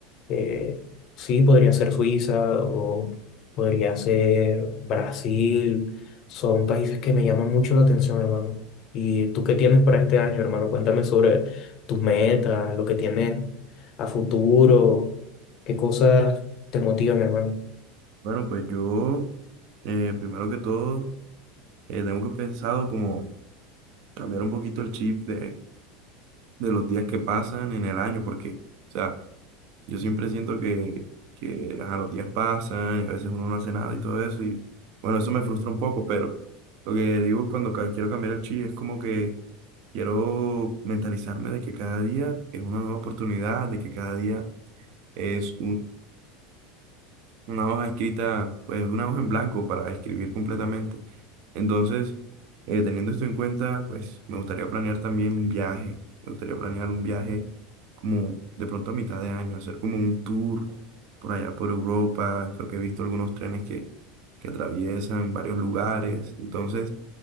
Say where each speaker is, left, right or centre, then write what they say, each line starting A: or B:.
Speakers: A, on the left (about 40°); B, on the right (about 55°).
A: Eh, sí, podría ser Suiza o podría ser Brasil. Son países que me llaman mucho la atención, hermano. ¿Y tú qué tienes para este año, hermano? Cuéntame sobre tus metas, lo que tienes a futuro, qué cosas te motivan, hermano.
B: Bueno, pues yo, eh, primero que todo, eh, tengo que pensado como cambiar un poquito el chip de de los días que pasan en el año, porque, o sea, yo siempre siento que, que ajá, los días pasan y a veces uno no hace nada y todo eso, y bueno, eso me frustra un poco, pero lo que digo cuando ca- quiero cambiar el chi es como que quiero mentalizarme de que cada día es una nueva oportunidad, de que cada día es una hoja escrita, pues una hoja en blanco para escribir completamente. Entonces, eh, teniendo esto en cuenta, pues me gustaría planear también un viaje. Me gustaría planear un viaje como de pronto a mitad de año, hacer como un tour por allá por Europa. Creo que he visto algunos trenes que, que atraviesan varios lugares. Entonces,